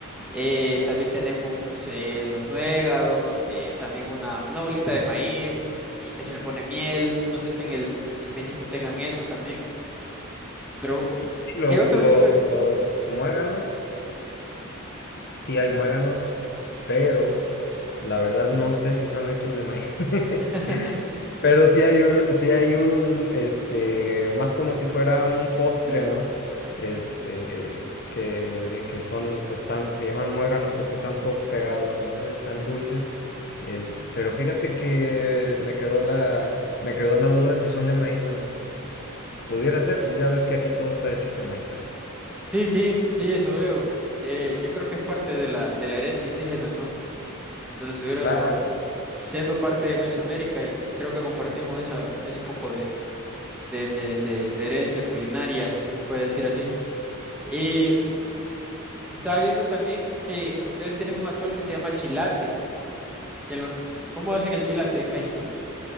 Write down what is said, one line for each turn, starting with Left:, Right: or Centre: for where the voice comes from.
Centre: Eh, también tenemos eh, los nuegados, que es también una, una bolita de maíz y que se le pone miel. No sé si en el, en México tengan eso también, pero
Left: Y lo,
Centre: ¿qué otro
Left: lo
Centre: tipo de...
Left: muéganos. Sí hay muéganos, pero la verdad no sé si son hechos de maíz. <laughs>
Centre: <laughs>
Left: Pero sí hay un, sí hay un, este, más como si fuera un postre, ¿no?
Centre: Ujú,
Left: Este, que, que son, pues están, se llaman muéganos porque están todos pegados, ¿no? Están dulces. Este,
Centre: ujú.
Left: pero fíjate que me quedó la, me quedó la duda si son de maíz o no. Pudiera ser, pues ya ves que aquí todo está hecho con maíz también.
Centre: Sí, sí, sí, eso veo. Eh, yo creo que es parte de la, de la herencia indígena, ¿no? Donde estuvieron
Left: Claro,
Centre: los, siendo parte de Mesoamérica y creo que compartimos esa, ese poco de, de, de, de, de herencia culinaria, si se puede decir así. Y estaba viendo también que ustedes tienen un atol que se llama chilate, que lo, ¿cómo hacen el chilate en México?